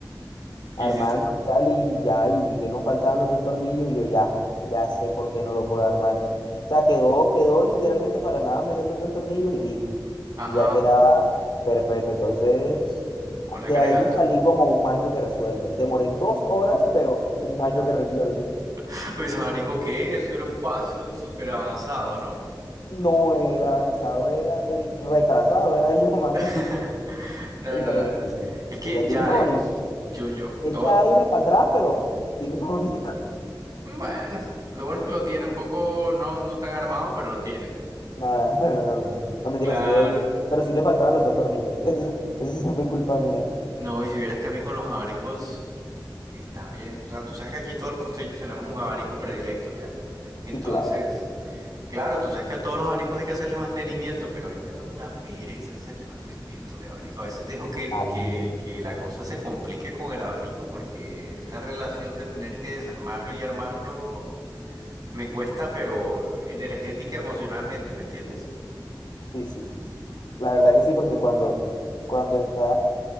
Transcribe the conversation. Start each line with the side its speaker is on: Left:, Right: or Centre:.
Right: ¿qué
Left: armando
Right: hiciste?
Left: y tal, y ya, y vi que no faltaban los dos tornillos y yo ya, ya sé por qué no lo puedo armar. O sea, quedó, quedó literalmente para nada meter los dos tornillos y listo.
Right: Ajá,
Left: Y ya quedaba perfecto. Entonces,
Right: con la
Left: de
Right: cara
Left: ahí
Right: en alto.
Left: salí como un macho que resuelve. Demoré dos horas, pero un macho que resuelve.
Right: <laughs> Uy, sabanico, ¿qué? Eso era un paso súper avanzado, ¿no?
Left: No, el avanzado era, el retrasado era yo, mami.
Right: <laughs>
Left: <laughs>
Right: No,
Left: Ey,
Right: no,
Left: pero resolví.
Right: no. Es que
Left: Ella
Right: ya,
Left: tiene su abanico.
Right: eh, yo, yo,
Left: Echa
Right: todo.
Left: aire para atrás, pero tiene su abanico.
Right: Bueno, lo bueno es que lo tiene, un poco no, no tan armado, pero lo tiene.
Left: Nada, <laughs> no, no, no. No, mentira,
Right: Claro.
Left: sí quedó bien. Pero sí le faltaban los dos tornillos. <laughs> Eso, eso sí no fue culpa mía.
Right: No, y si vieras que a mí con los abanicos. están bien o sea, tú sabes que aquí todos los costeños tenemos un abanico predilecto ya. Entonces,
Left: Sí, claro.
Right: claro, tú sabes que a todos los abanicos hay que hacerle mantenimiento, pero a mí me da una pereza hacerle mantenimiento a mi abanico. A veces dejo que,
Left: Ay,
Right: que,
Left: no.
Right: que la cosa se complique con el abanico porque esta relación de tener que desarmarlo y armarlo me cuesta, pero energética, emocionalmente, ¿me entiendes?
Left: sí, sí, sí. sí. La verdad que sí, porque cuando, cuando está